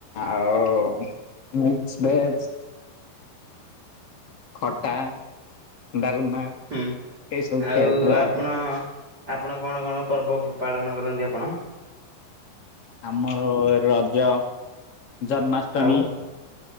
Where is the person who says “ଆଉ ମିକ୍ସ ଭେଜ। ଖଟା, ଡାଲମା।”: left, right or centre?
Left